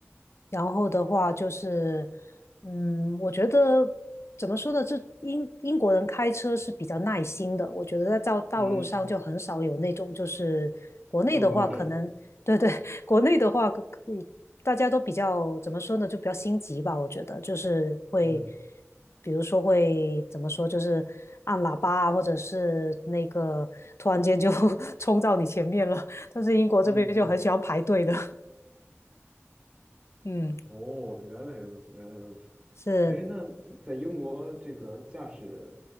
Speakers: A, on the left; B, on the right.
A: 然后的话就是，嗯，我觉得怎么说呢？这英英国人开车是比较耐心的，我觉得在道道路上就很少有那种就是国内的话，
B: 嗯，路怒症。
A: 可能对对，<laughs> 国内的话可可以大家都比较怎么说呢？就比较心急吧，我觉得就是会。
B: 嗯
A: 比如说会怎么说，就是按喇叭啊，或者是那个突然间就 <laughs> 冲到你前面了。但是英国这边就很喜欢排队的，
B: 嗯嗯。
A: <laughs> 嗯，
B: 哦，原来如此，原来如此。
A: 是
B: 哎，那在在英国这个驾驶